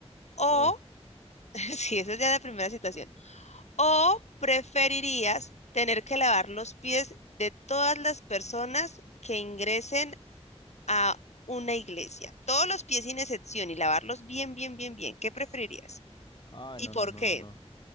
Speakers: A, on the left; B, on the left.
A: O,
B: Uy,
A: <laughs> si esa es ya la primera situación, o preferirías tener que lavar los pies de todas las personas que ingresen a una iglesia, todos los pies sin excepción y lavarlos bien, bien, bien, bien. ¿Qué preferirías?
B: Ah,
A: ¿Y
B: no,
A: por
B: no, no,
A: qué?
B: no, no.